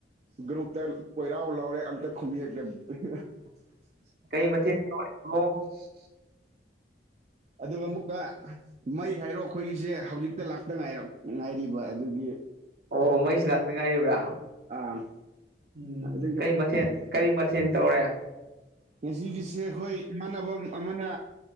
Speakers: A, on the right; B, on the right.
A: ꯒ꯭ꯔꯨꯞꯇ ꯀꯣꯏꯔꯥꯎ ꯂꯥꯎꯔꯦ ꯑꯝꯇ ꯈꯨꯌꯦꯛꯇ <inaudible>
B: ꯀꯩ <unintelligible>
A: ꯑꯗꯨꯒ ꯃꯨꯀ ꯃꯩ ꯍꯥꯏꯔꯣ ꯑꯩꯈꯣꯏꯒꯤꯁꯦ ꯍꯧꯖꯤꯛꯇ ꯂꯥꯛꯇ ꯉꯥꯏꯔ ꯉꯥꯏꯔꯤꯕ ꯑꯗꯨꯒꯤ
B: ꯑꯣ ꯃꯩꯁꯨ ꯂꯥꯛꯇ ꯉꯥꯏꯔꯤꯕ꯭ꯔꯥ
A: ꯑꯥ
B: ꯎꯝ
A: ꯑꯗꯨꯒꯤ
B: ꯀꯔꯤ ꯃꯊꯦꯜ ꯀꯔꯤ ꯃꯊꯦꯜ ꯇꯧꯔꯦ
A: ꯉꯁꯤꯒꯤꯁꯦ ꯑꯩꯈꯣꯏ ꯏꯃꯥꯟꯅꯕ ꯑꯃꯅ